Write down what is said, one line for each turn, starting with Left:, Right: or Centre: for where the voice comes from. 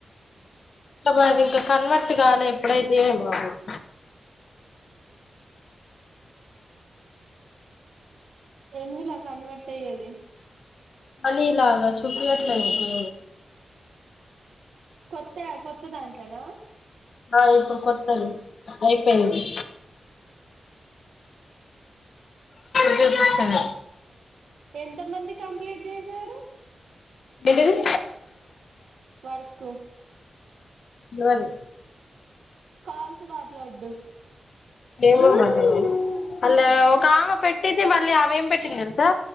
Left: ఇంకా బది ఇంకా కన్వర్ట్ కాాలి ఎప్పుడైతే బాగుదు
Right: ఎందులా కన్వర్ట్ అయ్యేది
Left: అనీలా అగా చూపి అట్లకుంది
Right: కొత్త కొత్త దాంట్లోనా
Left: ఆ ఇప్పుడు కొత్తది అయిపోయింది జ పస్తన
Right: ఎంత మంది కంప్లీట్ చేశారు
Left: వింటిది
Right: వర్కు
Left: నరి
Right: కాాల సవాతలు అడు
Left: ఏ అ ఒకమె పె పెట్టటితే మళ్ళీ అమె ఏం పెట్టింది కదసా